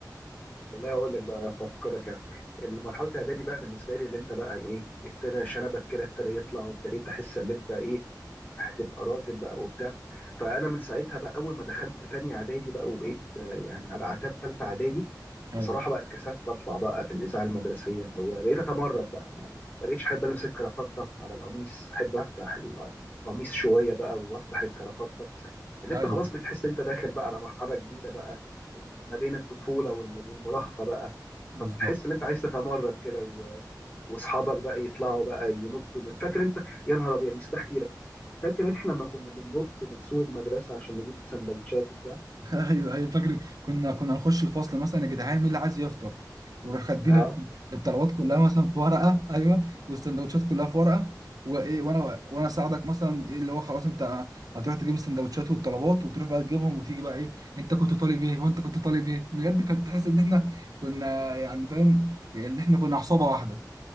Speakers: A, on the left; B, on the right.
A: والله هقول لك بقى افكرك يعني مرحله الاعدادي بقى بالنسبه لي اللي انت بقى ايه ابتدى شنبك كده ابتدى يطلع وابتديت احس ان انت ايه هتبقى راجل بقى وبتاع فانا من ساعتها بقى اول ما دخلت تانية اعدادي بقى وبقيت آه، يعني على اعتاب تالتة اعدادي
B: ايوه
A: بصراحه بقى اتكسفت اطلع بقى في الاذاعه المدرسيه اللي هو بقيت اتمرد بقى ما ما بقيتش احب البس الكرافته على القميص احب افتح ال- القميص شويه بقى وافتح الكرافته اللي
B: ايوه
A: انت خلاص بتحس انت داخل بقى على مرحله جديده بقى ما بين الطفوله وال- والمراهقه بقى
B: بالظبط
A: فبتحس ان انت عايز تتمرد كده و- واصحابك بقى يطلعوا بقى ينطوا من... فاكر انت يا نهار ابيض نسيت احكي لك فاكر احنا لما كنا بننط من سور المدرسه عشان نجيب سندوتشات وبتاع
B: <laughs> ايوه ايوه فاكر كنا كنا نخش الفصل مثلا يا جدعان مين اللي عايز يفطر ونروح كاتبين
A: اه
B: الطلبات كلها مثلا في ورقه ايوه والسندوتشات كلها في ورقه وايه وانا وانا اساعدك مثلا ايه اللي هو خلاص انت هتروح تجيب السندوتشات والطلبات وتروح بقى تجيبهم وتيجي بقى ايه انت كنت طالب ايه وانت كنت طالب ايه بجد كنت تحس ان احنا كنا يعني فاهم يعني ان احنا كنا عصابه واحده